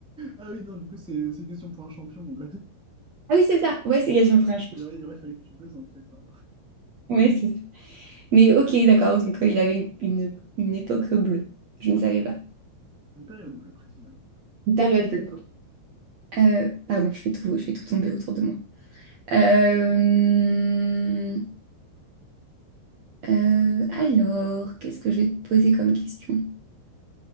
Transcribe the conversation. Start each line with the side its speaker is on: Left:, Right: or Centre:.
Centre: Ah oui, non, du coup, c'est c'est question pour un champion. <laughs>
Right: Ah oui, c'est ça. Ouais, c'est Gaston Frère, je me
Centre: Il aurait, il aurait fallu que tu baises en fait. hein.
Right: Ouais, c'est ça. Mais ok, d'accord. Donc, euh, il avait une, une, une époque bleue. Je ne savais pas.
Centre: Une période bleue, précisément.
Right: Une période bleue. Euh, pardon, je fais tout, je fais tout tomber autour de moi. Euh... Euh, alors, qu'est-ce que je vais te poser comme question?